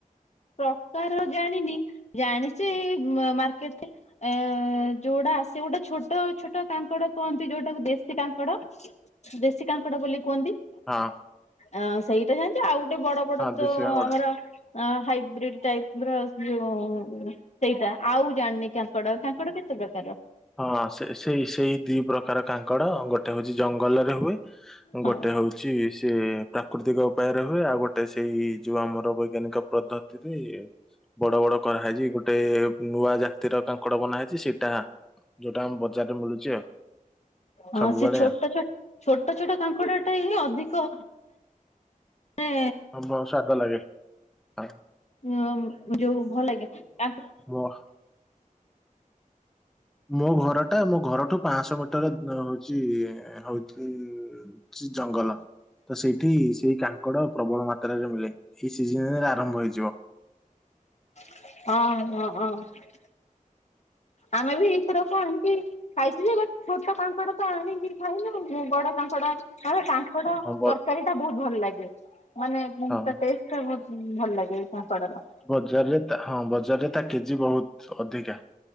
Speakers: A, on the left; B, in the centre.
A: ପ୍ରକାର ଜାଣିନି ଜାଣିଛିେ ମାର୍କେଟରେ ଏ ଯୋଉଟା ଆସେ ଗୋଟେ ଛୋଟ ଛୋଟ କାଙ୍କଡ କୁହନ୍ତି ଯୋଉଟାକୁ ଦେଶୀ କାଙ୍କଡ। ଦେଶୀ କାଙ୍କଡ ବୋଲି କୁହନ୍ତି।
B: ହଁ
A: ଅ ସେଇଟା ଯୋତି ଆଉ ଗୋଟେ ବଡ ବଡ
B: ହଁ ଦେଶୀ
A: ତ
B: କାଙ୍କଡ।
A: ଆମରାଇ ପ ର ଯୋଉ ସେଇଟା ଆଉ ଜାଣିନି କ। କଙ୍କଡ କାଙ୍କଡ କେତେ ପ୍ରକାର?
B: ହଁ ସେ ସେଇ ସେଇ ଦି ପ୍ରକାର କାଙ୍କଡ଼, ଗୋଟେ ହଉଛି ଜଙ୍ଗଲରେ ହୁଏ,
A: ହଁ
B: ଗୋଟେ ହଉଛି ଛି ସେ ପ୍ରାକୃତିକ ଉପାୟରେ ହୁଏ, ଆଉ ଗୋଟେ ସେଇ ଯୋଉ ଆମର ବୈଜ୍ଞାନିକ ପଦ୍ଧତି ସେ ବଡ ବଡ କରାହଇଛି ଗୋଟେ ନୂଆ ଯା ତୀରର କାଙ୍କଡ ବନାହଇଛି ସେଇଟା ଯୋଉଟା ଆମ ବଜାରରେ ମିଳୁଛି ଆଉ।
A: ହଁ
B: ସବୁବେଳେ।
A: ସେ ଛୋଟ ଛୋଟ ଛୋଟ ଛୋଟ କାଙ୍କୁଡ ଟା ହିଁ ଅଧିକ ମାନେ
B: ହଁ ଭ ସାଧା ଲାଗେ ହଁ।
A: ହ ଯୋଉ ଭଲ ଲ ତାକୁ
B: ଓହ। ମୋ ଘର ଟା ମୋ ଘରଠୁ ପାଁଶହ ମିଟର ଅ, ହଉଚି ହଉଚୁ ଚି ଜଙ୍ଗଲ। ତ ସେଇଠି ସେଇ କାଙ୍କଡ ପ୍ରବଳ ମାତ୍ରାରେ ମିଳେ ଏଇ ସିଜିନ୍ ରେ ଆରମ୍ଭ ହେଇଯିବ।
A: ଅଁ, ହଁ, ଅଁ,। ଆମେ ବି ଏଇଥରକ ଆଣିକି ଖାଇଥିଲେ ବଟ୍ ଛୋଟ କାଙ୍କଡ ତ ଆଣିକି ଖାଇନୁ। ମୁଁ ବଡ କାଙ୍କଡ ହଁ ବା କାଙ୍କଡ
B: ହଁ ବ
A: ତରକାରୀ ଟା ବହୁତ ଭଲ ଲାଗେ। ମାନେ ଉଁ,
B: ହଁ।
A: ତା ଟେଷ୍ଟ ଟା ବହୁତ ଉଁ, ଭଲ ଲାଗେ ଏଇ କଙ୍କଡାର।
B: ବଜାରରେ ତା ହଁ ବଜାରରେ ତା କେଜି ବହୁତ ଅଧିକା।